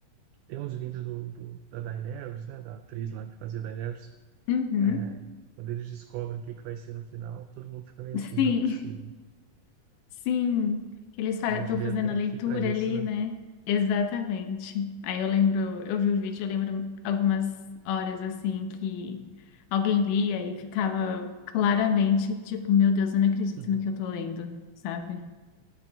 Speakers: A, on the right; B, on the left.
A: tem uns vídeos do, do- da Daenerys, né? Da atriz lá que fazia Daenerys.
B: Uhum.
A: É, quando eles descobrem o que, que vai ser no final, todo mundo fica meio assim,
B: Sim.
A: não é possível.
B: Sim, que eles estão
A: A gente veio
B: fazendo
A: até
B: a
A: aqui
B: leitura
A: para isso,
B: ali,
A: né?
B: né? Exatamente. Aí eu lembro, eu vi o vídeo, eu lembro algumas horas assim que alguém lia e ficava claramente tipo, meu Deus, eu não acredito
A: <laughs>
B: no que eu tô lendo, sabe?